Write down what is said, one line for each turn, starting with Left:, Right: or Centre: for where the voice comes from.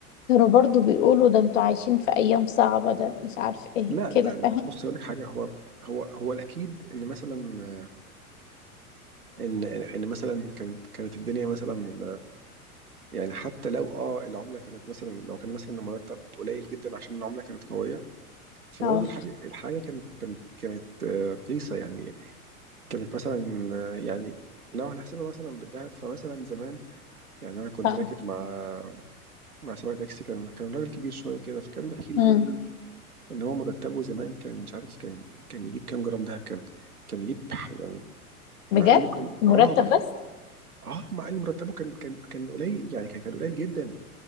Left: كانوا برضو بيقولوا ده انتوا عايشين في ايام صعبة ده مش عارف ايه
Right: لا
Left: كده
Right: لا لا
Left: فاهم
Right: بص هقول لك حاجه هو هو هو الاكيد ان مثلا ان ان إن مثلا كانت كانت الدنيا مثلا يعني حتى لو اه العمله كانت مثلا لو كان مثلا المرتب قليل جدا عشان العمله كانت قويه فبرضه
Left: اه
Right: الحاجه الحاجه كانت كانت كانت آه، رخيصه يعني كانت مثلا آه، يعني لو هنحسبها مثلا بالذهب فمثلا زمان يعني انا كنت
Left: اه
Right: راكب مع مع سواق تاكسي كان كان راجل كبير شويه كده فكان بيحكي لي
Left: امم
Right: بيقول لي ان هو مرتبه زمان كان مش عارف كان كان يجيب كام جرام دهب كان كان يجيب ح- يعني
Left: بجد
Right: مع انه كان
Left: مرتب
Right: اه مع
Left: بس
Right: اه مع انه مرتبه كان كان كان قليل يعني كان كان قليل جدا